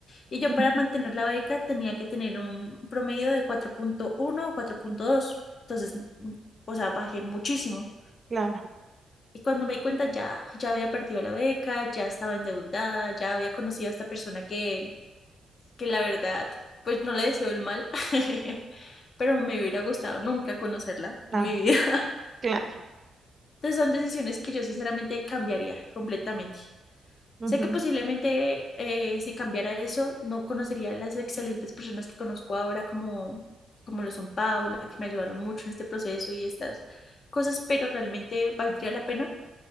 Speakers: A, on the left; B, on the right.
A: Y yo
B: ujú,
A: para mantener la beca tenía que tener un promedio de cuatro punto uno o cuatro punto dos Entonces, mm, o sea, bajé muchísimo.
B: Claro,
A: Y cuando me di cuenta ya, ya había perdido la beca, ya estaba endeudada, ya había conocido a esta persona que que la verdad, pues no le deseo el mal, <laughs> pero me hubiera gustado nunca conocerla
B: claro,
A: en mi vida. <laughs>
B: claro.
A: Entonces son decisiones que yo sinceramente cambiaría completamente.
B: ujú,
A: Sé que posiblemente eh, si cambiara eso, no conocería a las excelentes personas que conozco ahora, como, como lo son Paula, que me ayudaron mucho en este proceso y estas cosas, pero realmente valdría la pena,